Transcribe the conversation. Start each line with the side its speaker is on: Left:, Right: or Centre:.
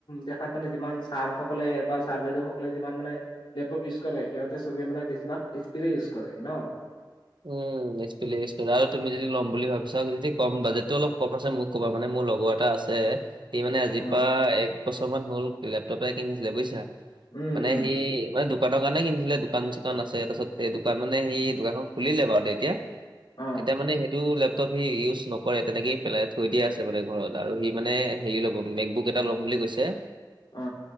Left: দেখাত মানে যিমান ছাৰ সকলে, বা ছাৰ বাইদেউসকলে যিমান মানে লেপটপ ইউজ কৰে, সিহঁতে সবে মানে বেছিভাগ, এইচ পি ৰে ইউজ কৰে ন।
Right: উম। <unintelligible> তুমি যদি লম বুলি ভাবি চাও যদি ক বাজেতটো অলপ কম আছে মোক ক'বা, মানে মোৰ লগৰ এটা আছে <unintelligible> সি মানে আজিৰ
Left: অ
Right: পৰা এক বছৰ মান হল, লেপটপ এটা কিনিছিলে বুইছা,
Left: উম
Right: মানে
Left: উম
Right: সি মানে দোকানৰ কাৰণে কিনিছিলে, দোকান-চোকান আছে, তাৰপছতে দোকান মানে সি দোকানখন খুলিলে বাৰু দে এতিয়া।
Left: অ
Right: এতিয়া মানে সেইটো লেপটপ সি ইউজ নকৰে, তেনেকেইে পেলাই, থৈ দিয়া আছে মানে ঘৰত। আৰু সি মানে, হেৰি ল'ব, মেঘবুক এটা ল'ম বুলি কৈছে
Left: অ